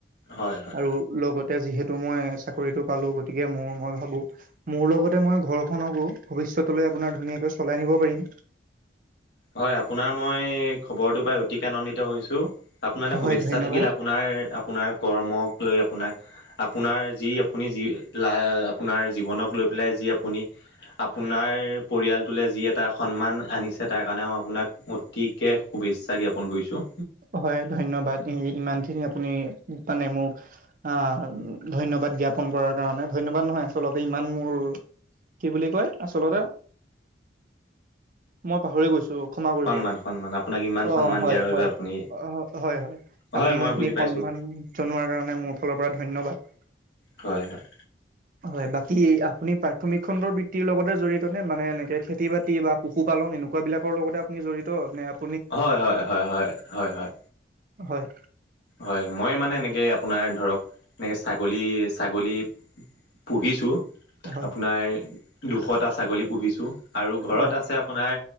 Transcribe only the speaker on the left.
হয় হয় হয়
হয় আপোনাৰ মই খবৰটো পাই অতিকে আনন্দিত হৈছোঁ। আপোনালৈ শুভেচ্ছা
থাকিল আপোনাৰ আপোনাৰ কৰ্মক। লৈ আপোনাক আপোনাৰ যি আপুনি যি লা জীৱনক লৈ পেলাই যি আপুনি, আপোনাৰ পৰিয়ালটোলৈ যি এটা সন্মান আনিছে। তাৰ কাৰণে অ, আপোনাক অতিকৈ শুভেচ্ছা জ্ঞাপন কৰিছোঁ।
সন্মান সন্মান আপোনাক ইমান
সন্মান
দিয়াৰ বাবে আপুনি
হয়
মই বুজি পাইছোঁ
হয়-হয়।
হয়-হয়-হয়-হয়-হয়-হয়।
হয়, মই মানে, এনেকে আপোনাৰ ধৰক, এনেকে ছাগলী, ছাগলী। পঢ়িছো।
আপোনাৰ দুশটা ছাগলী পুহিছোঁ আৰু ঘৰত
আছে, আপোনাৰ।